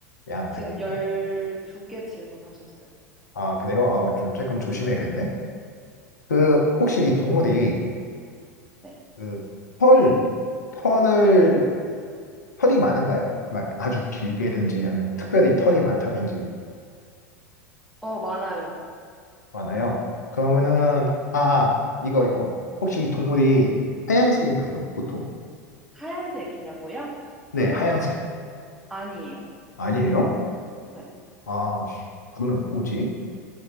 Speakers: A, on the left; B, in the centre.
A: 양
B: 지금
A: 아니에요?
B: 열두 개 질문하셨어요.
A: 아, 그래요? 아, 좀, 조금 조심해야겠네. 그, 혹시 이 동물이,
B: 네.
A: 그, 털, 털을, 털이 많은가요? 막 아주 길게든지, 아니면 특별히 털이 많다든지,
B: 어, 많아요.
A: 많아요. 그러면은, 아, 아, 이거, 이거. 혹시 이 동물이 하얀색인가요? 보통?
B: 하얀색이냐고요?
A: 네, 하얀색.
B: 아니에요.
A: 아니에요?
B: 네.
A: 아, 씨, 그러면 뭐지?